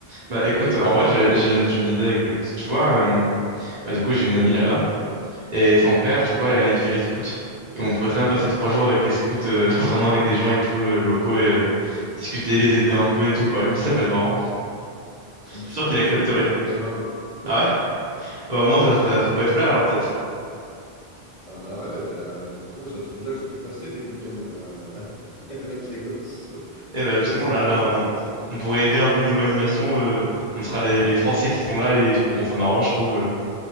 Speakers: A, on the right; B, on the left.
A: Bah écoute,
B: Et après,
A: en vrai, j'ai j'ai une, j'ai une idée,
B: ouais,
A: écoute. Tu vois, euh, bah du coup, j'ai une amie là-bas, et son
B: oui.
A: père, tu vois, euh, il fait les scouts. Et on pourrait très bien passer trois jours avec les scouts, euh, <laughs> vraiment avec des gens et tout, euh, locaux, et euh, discuter, les aider un peu et tout, quoi. Il me dit, ça peut être marrant. Je
B: Ah, mais
A: suis
B: tu sais,
A: sûr
B: j'étais
A: qu'il accepterait.
B: scout quand j'étais gamin, moi. <laughs>
A: Ah ouais? Ah Bah au moins,
B: Ah ouais?
A: ça, ça, ça pourrait te plaire, alors peut-être.
B: Ah bah ouais, euh, je, putain, je, je veux dire que j'en ai passé des week-ends euh, <laughs> avec les gosses.
A: <laughs> Et bah justement,
B: Donc c'est
A: là,
B: ça,
A: là,
B: ça,
A: on,
B: c'est- c'est-
A: on pourrait aider un peu niveau animation, euh, on sera les, les Français qui sont là, et ils trouveront ça marrant, je trouve. euh.